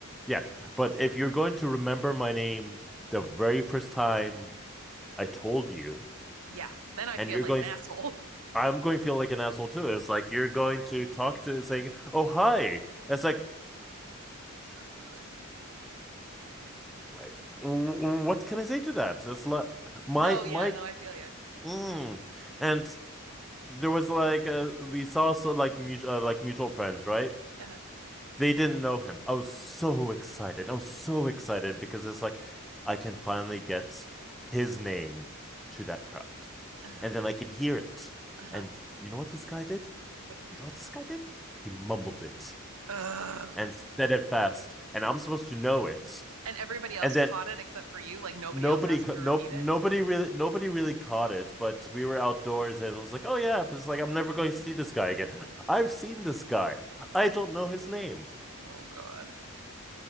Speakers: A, in the centre; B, on the right (about 80°).
A: Yeah. But if you're going to remember my name the very first time I told you,
B: Yeah. Then I
A: and
B: feel
A: you're
B: like
A: going,
B: an <laughs> asshole.
A: I'm going to feel like an asshole too. It's like you're going to talk to, it's like, oh, hi. It's like,
B: Ugh.
A: like, what can I say to that? It's like my,
B: No, yeah,
A: my,
B: no, I feel you.
A: mm. and there was like a we saw so like mutual uh, like mutual friends, right?
B: Uh-huh.
A: They didn't know him. I was so excited. I was so excited because it's like I can finally get his name to that crowd,
B: Uh-huh.
A: and then I can hear it.
B: Uh-huh.
A: And you know what this guy did?
B: What did you
A: You
B: do?
A: know what this guy did? He mumbled it
B: Ugh.
A: and said it fast, and I'm supposed to know it.
B: And everybody else
A: And then
B: caught it except for you. Like nobody
A: nobody
B: else asked
A: ca-
B: him to
A: no
B: repeat
A: nobody
B: it.
A: really nobody really caught it but we were outdoors and I was like oh yeah it's like i'm never going to see this guy again i've seen this guy i don't know his name
B: Oh God.